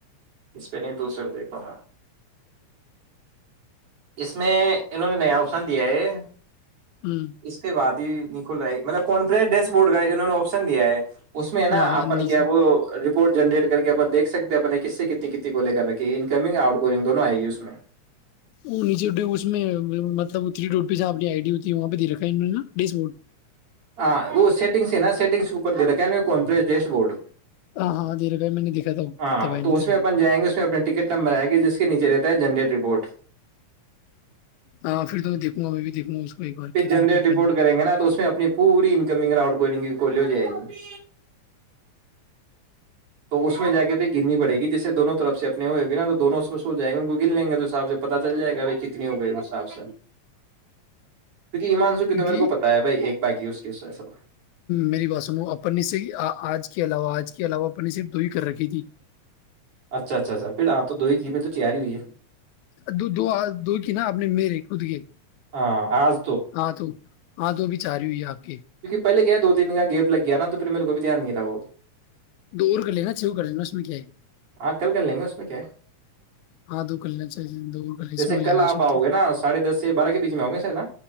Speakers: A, on the right (about 50°); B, on the left (about 80°).
A: اس پہ نہیں دوسرے دیکھوں گا اس میں انہوں نے نیا آوسان دیا ہے
B: ہوں
A: اس کے بعد ہی کھلا ہے مطلب کون پ ہے ڈیش بورڈ کا انہوں نے آپشن دیا ہے اس میں نا
B: ہاں ہاں
A: اپن
B: نیچے
A: کیا وہ جنریٹ کر کے اپ دھ سکتے ہیں اپنے کس سے کتنی کتنی کو لے کر رکھی انکمنگ آؤٹ گوئنگ دونوں آئے گی اس میں
B: وہ نیچے اس میں مطلب تھری ڈ پی سےانی آئی ڈی ہوتی ہے وہاں پہ دے رکھا ہےا ڈیش بورڈ
A: ہاں وہ سیٹنگس ہے نا سیٹنگس اوپ دے رہا کی ی کو پس ڈیش بورڈ
B: ہاں ہاں دے رکھا ہے میں نے دیکھا تھا وہ
A: ہاں
B: تباہی نہیں
A: تو اس
B: تھا
A: میں اپن جائیں گے اس میں اپنے ٹکٹ نمبر آئے گے جس کے نیچے رہتا ہے جنریٹ رپورٹ
B: ہاں پھر تو میں دیکھوں گا ا میں بھی دیکھوں گا اس کو ایک بار
A: پ
B: کتنے
A: جنند
B: کی اپن
A: رپورٹ کریں گے نا تو اس میں اپنی پوری ک گی کو ہو جائے گی تو اس میں جا کے پ گننی پڑے گی جیسے دونوں طرف سے اپنے ہو گی نا تو دونوں اس میں سو جائے گے ان کو گن لیں گے تو حاب سے پتا چل جائے گا ب کتنی ہوگئی حساب سے کیونکہ ایمان سو کی
B: کیونکہ
A: تو میرے کو پتا ہے بائی ایک باقی اس کےس سےصل
B: میری ب سنو اپ سے آج کے علاوہ آج کے علاوہ اپن نے صرف دو ہی کر رکھی تھی
A: اچھا اچھا اچھا پھر آپ تو دو ہی گھیم میں تو تیاری ہوئی ہے
B: دو دو دو کی نا اپنے میرے خود کے
A: ہاں آج
B: ہاں تو ہاں تو بھی چاہ رہی ہوئی ہے آپ کے
A: کیکہے دو تینن کا گیپ لگ گیا ن تو پھر میرے کوئی بھی دھیان نہیں رہاو
B: دور کر لینا چو کر لینا اس میں کیا ہے
A: آاں کل کر لیں گے اس میں کیا ہے
B: ہاں دو کر لینا چاہیے دو اور کر لینا اس
A: جیسے
B: میں ہو جائے
A: کل
B: گا
A: آپ
B: اس میں
A: آؤ گے نا ساڑھے دس سے بارہ کے بیچ میں آؤ گے سارید ن